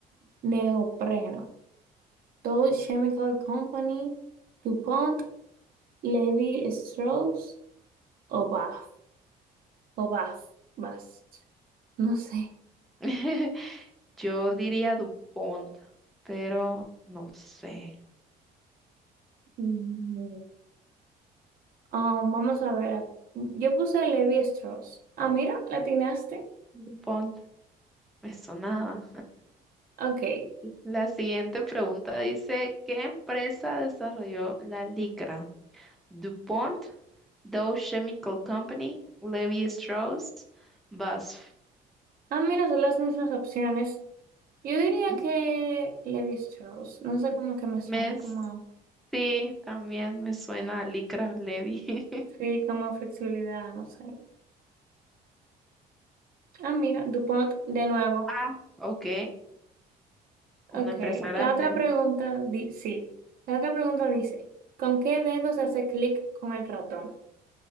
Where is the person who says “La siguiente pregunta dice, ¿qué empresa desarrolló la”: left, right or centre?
Centre